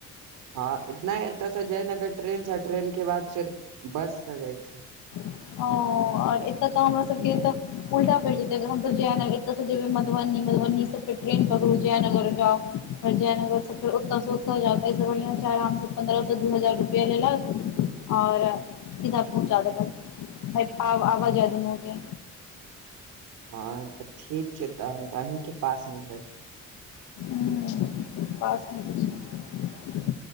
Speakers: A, on the right (about 85°); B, on the left (about 80°).
A: हँ नहि एतय से जय नगर ट्रेन से ट्रेन के बाद फेर बस से जाइ छी
B: ओ आओर एतय तऽ हमरा सबके एतऽ उल्टा पड़ि जेतै हमसभ जेय <unintelligible> ओतऽ सँ जेबै मधुबनी मधुबनी सँ फेर ट्रेन पकड़ू जयनगर जाउ फेर जयनगर सँ फेर ओतय सँ चलि जाउ तऽ एहिसँ बढ़िआँ छै आराम सँ पन्द्रह सँ दू हजार रुपैआ लेलक आओर सीधा पहुँचा देलक <unintelligible> आवा जाय दुनू के
A: हँ तऽ ठीक छै तऽ हम तऽ अहींके पासमे जायब
B: हूंम्म पासमे <unintelligible>